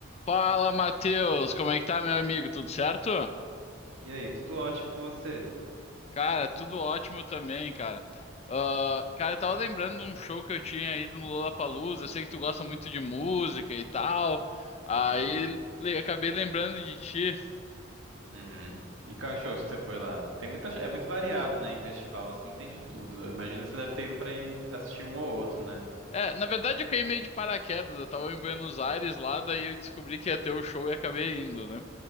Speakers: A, on the left; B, on the right.
A: Fala, Matheus! Como é que tá, meu amigo? Tudo certo?
B: E aí, tudo ótimo com você?
A: Cara, tudo ótimo também, cara. Ah, cara, eu tava lembrando de um show que eu tinha ido no Lollapalooza. Eu sei que tu gosta muito de música e tal. Aí
B: Uhum,
A: le- acabei lembrando de ti.
B: uhum. E cachorros que você foi lá? Tem muita, é muito variado, né? Em festival assim, tem de tudo. Eu Imagino que você deve ter ido pra ir assistir um ou outro, né?
A: É, na verdade eu caí meio de paraquedas. Eu tava em Buenos Aires lá, daí eu descobri que ia ter o show e acabei indo, né?